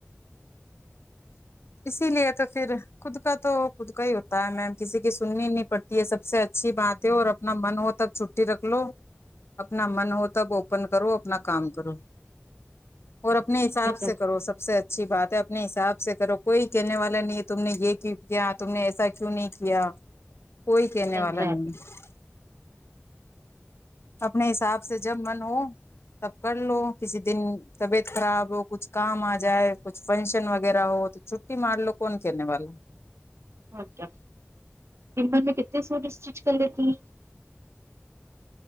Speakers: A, on the left; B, on the right.
A: اسی لیے تو پھر خود کا تو خود کا ہی ہوتا ہے میم کسی کی سننی ہی نہیں پڑتی ہے سب سے اچھی بات ہے اور اپنا من ہوتا تب چھٹی رکھ لو اپنا من ہو تب اوپن کرو اپنا کام کرو
B: لوگ۔
A: اور اپنے حساب
B: یہ تو
A: سے کرو سب سے اچھی بات ہے اپنے حساب سے کرو کوئی کہنے والا نہیں ہے تم نے یہ کیوں کیا تم نے ایسا کیوں نہیں کیا کوئی کہنے
B: صحیح
A: والا
B: کہہ رہے
A: نہیں ہے اپنے حساب سے جب من ہو تب کر لو کسی دن طبیعت خراب ہو کچھ کام آ جائے کچھ فنکشن وغیرہ ہو تو چھٹی مار لو کون کرنے والا
B: اچھا دن بھر میں کتنے سوٹ اسٹچ کر لیتی ہیں